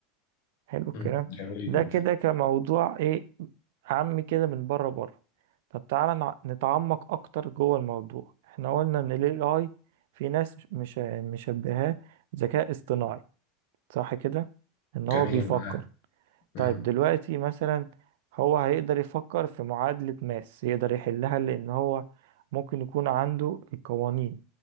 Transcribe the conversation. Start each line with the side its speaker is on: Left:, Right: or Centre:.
Right: حلو الكلام
Left: مم، جميل
Right: ده
Left: جدا
Right: كده كموضوع ايه عامي كده من بره بره طب تعالى نع- نتعمق اكتر جوه الموضوع احنا قلنا ان ال AI في ناس مش مشبهاه ذكاء اصطناعي صح كده ان
Left: جميل
Right: هو بيفكر
Left: معاك مم،
Right: طيب دلوقتي مثلا هو هيقدر يفكر في معادلة ماس يقدر يحلها لان هو ممكن يكون عنده القوانين